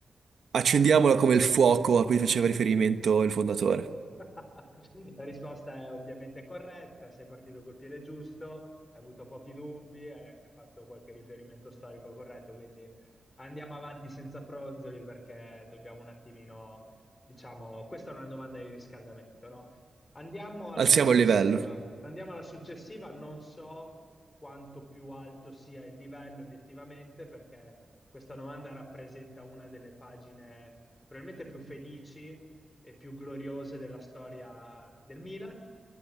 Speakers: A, on the right; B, on the left.
A: Accendiamola come il fuoco a cui faceva riferimento il fondatore.
B: <laughs> La risposta è ovviamente corretta, sei partito col piede giusto, hai avuto pochi dubbi, hai anche fatto qualche riferimento storico corretto, quindi andiamo avanti senza fronzoli perché dobbiamo un attimino, diciamo, questa è una domanda di riscaldamento, no? Andiamo alla
A: Alziamo
B: successiva.
A: il livello.
B: Andiamo alla successiva, non so quanto più alto sia il livello obiettivamente perché questa domanda rappresenta una delle pagine probabilmente più felici eh, più gloriose della storia del Milan